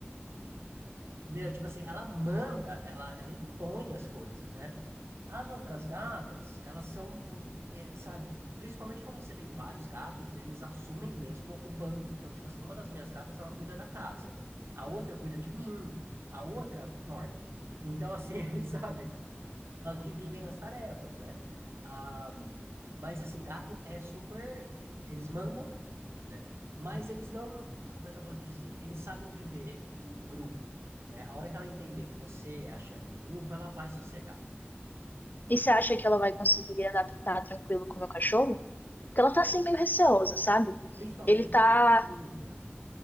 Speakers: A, on the right; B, on the left.
A: Entendeu? Tipo assim, ela manda, ela, ela impõe as coisas, né? As outras gatas, elas são, um, é, sabe, principalmente quando você tem vários gatos, eles assumem mesmo o bando. Então, tipo assim, uma das minhas gatas, ela cuida da casa, a outra cuida de mim, a outra dorme. Então, assim, <laughs> sabe? Elas dividem as tarefas, né? Ah, mas assim, gato é super. Eles mandam mesmo, né? Mas eles não. Como é que eu posso dizer? Eles sabem viver em grupo, né? A hora que ela entender que você é a chefe do grupo, ela vai sossegar.
B: E você acha que ela vai conseguir adaptar tranquilo com o meu cachorro? Porque ela tá assim meio receosa, sabe?
A: Principalmente
B: Ele tá,
A: porque ela é pequenininha.